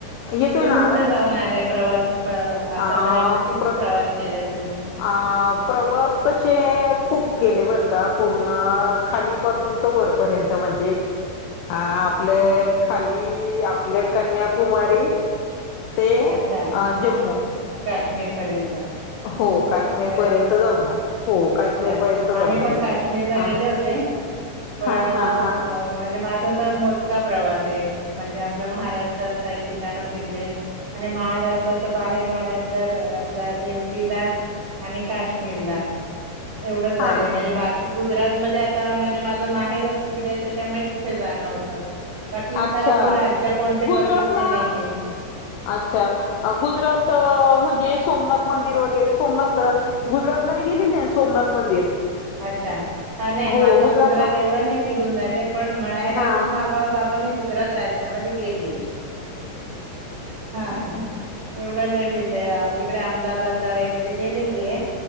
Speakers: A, on the left; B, on the right.
A: येतोय
B: तुम्ही
A: ना
B: कुठे
A: आवाज?
B: जाऊन आलाय प्रवास? आतापर्यंत
A: अ
B: किती
A: प्र
B: प्रवास केलाय? तुम्ही?
A: अ प्रवास तसे खूप केले वरती- का पूर्ण खाली पासून तर वरपर्यंत म्हणजे- अ आपलं खाली- आपले कन्याकुमारी ते
B: अच्छा
A: जम्मु
B: काश्मीर पर्यंत-
A: हो काश्मीर
B: अरे
A: पर्यंत
B: वा!
A: जाऊन आले. हो काश्मीर
B: अच्छा
A: पर्यंत
B: आम्ही
A: जाऊन
B: पण काश्मीरला गेले
A: आणि
B: होते पण
A: हा
B: म्हणजे
A: हा हा
B: माझ - मोजका प्रवास आहे म्हणजे आपल्या महाराष्ट्रात काही ठिकाण फिरले? आणि महाराष्ट्राच्या बाहेर म्हणा तर आपल्या एम- युपी ला आणि काश्मीर ला. एवढंच झालंय
A: हा
B: म्हणजे बाकी- गुजरात मध्ये आता म्हणजे माझं माहेरच तिकडे त्याच्यामुळे तिथे जाणं होतं. बाकी इतर
A: अच्छा
B: अजून राज्य. कोणते
A: गुजरातला
B: बघितले नाहीये
A: अच्छा गुजरात म्हणजे सोमनाथ- मंदिर वगैरे सोमनाथला गुजरातला मी गेलेले सोमनाथ मंदिर.
B: अच्छा हा नाही
A: हो
B: माझं
A: गुजरातला
B: गुजरात एवढं नाही फिरून झालं पण म्हणायला
A: हा
B: की मा बा बाबा मी. गुजरात राज्यामध्ये गेलीय. हा एवढं नाही फिरले तिकडे आम- अहमदाबाद ला वगैरे गेलेली आहे,